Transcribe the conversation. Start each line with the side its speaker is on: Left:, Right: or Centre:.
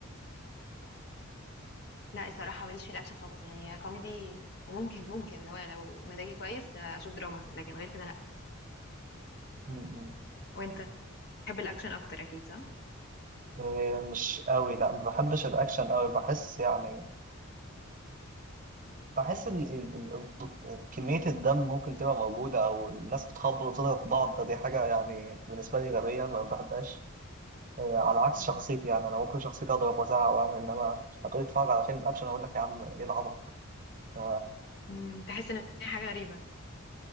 Left: لا الصراحة ماليش في الاكشن خالص يعني هي كوميدي وممكن ممكن لو لو مزاجي كويس آه، اشوف دراما مثلا لكن غير كده لا
Right: م- م.
Left: وانت تحب الاكشن اكتر اكيد صح
Right: إيه، مش قوي لا ما بحبش الاكشن قوي بحس يعني بحس ال... ال... ال... كمية الدم ممكن تبقى موجودة او الناس بتخبط وتضرب في بعض ده دي حاجة يعني بالنسبة لي غبية ما بحبهاش إيه، على عكس
Left: امم
Right: شخصيتي يعني انا ممكن شخصيتي اضرب وازعق واعمل انما هتقولي اتفرج على فيلم اكشن اقول لك يا عم ايه العبط ده ف-
Left: أمم، تحس ان هي حاجة غريبة